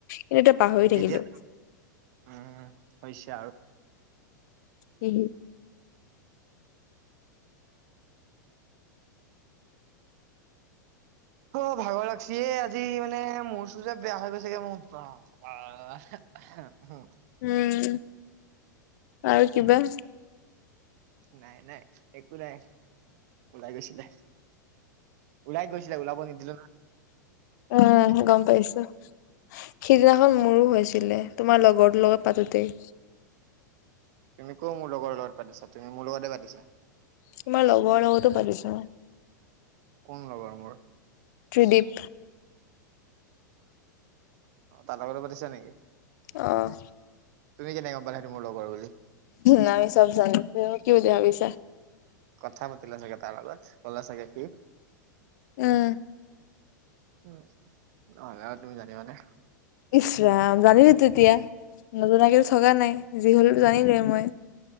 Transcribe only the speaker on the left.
এতিয়া পাহৰি থাকিলো
উ <unintelligible>
উম আৰু কিবা
উম গম পাইছো সিদিনাখন মোৰো হৈছিলে তোমাৰ লগৰটোৰ লগত পাতোতেই
তোমাৰ লগৱ লগতো পালিছো মই
সুদীপ
আহ
নাই চব জানো তোমি মোক কিয় বেয়া পাইছা
উম
ইশৰাাম জানিলো তিতিয়া নজনাকৈ টো থকা নাই যি হলেটো জানিলোৱে মই